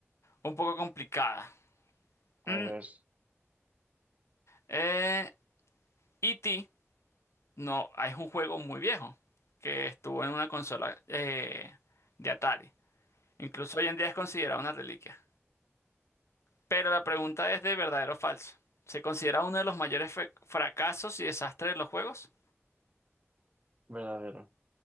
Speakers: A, on the left; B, on the right.
A: un poco complicada.
B: A
A: Mm,
B: ver,
A: eh, ¿Y ti? No, es un juego muy viejo que estuvo en una consola eh, de Atari. Incluso hoy en día es considerado una reliquia. Pero la pregunta es de verdadero o falso. ¿Se considera uno de los mayores fe- fracasos y desastres de los juegos?
B: verdadero.